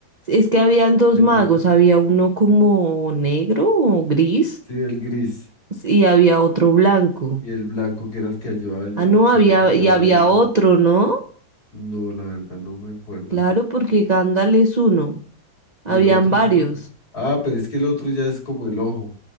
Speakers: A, on the right; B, on the left.
A: Es que habían dos
B: El-
A: magos, había uno como negro o gris
B: Sí, el gris.
A: y había otro blanco.
B: Y el blanco que era el que ayudaba al,
A: Ah,
B: al
A: no,
B: chino
A: había
B: que llevaba
A: y había
B: el anillo.
A: otro, ¿no?
B: No, la verdad no me acuerdo.
A: Claro, porque Gandalf es uno.
B: Y
A: Habían
B: el otro
A: varios.
B: es el otro. Ah, pero es que el otro ya es como el ojo.